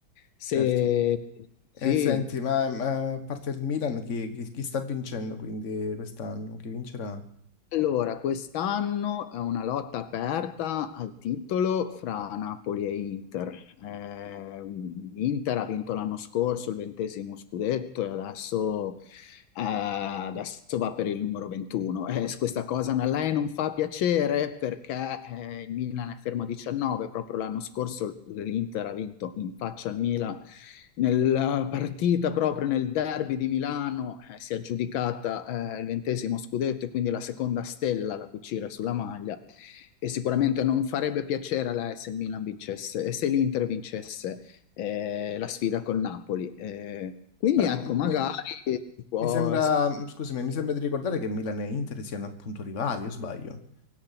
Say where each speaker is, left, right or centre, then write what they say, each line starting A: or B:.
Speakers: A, on the left (about 80°); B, on the left (about 40°).
A: Se
B: Certo.
A: sì.
B: E senti, ma, ma a parte il Milan, chi, chi- chi sta vincendo quindi quest'anno? Chi vincerà?
A: Allora, quest'anno è una lotta aperta al titolo fra Napoli e Inter. Eh, Inter ha vinto l'anno scorso il ventesimo scudetto e adesso Ah, adesso va per il numero 21. Eh, s- questa cosa a lei non fa piacere perché eh, il Milan è fermo a 19. Proprio l'anno scorso l'Inter ha vinto in faccia al Milan nella partita proprio nel derby di Milano. eh, si è aggiudicata eh, il ventesimo scudetto e quindi la seconda stella da cucire sulla maglia. E sicuramente non farebbe piacere a lei se il Milan vincesse e se l'Inter vincesse eh, la sfida col Napoli. Eh, quindi
B: Ma
A: ecco, magari
B: mi,
A: si può-
B: mi sembra, scusami, mi sembra di ricordare che Milan e Inter siano appunto rivali, o sbaglio?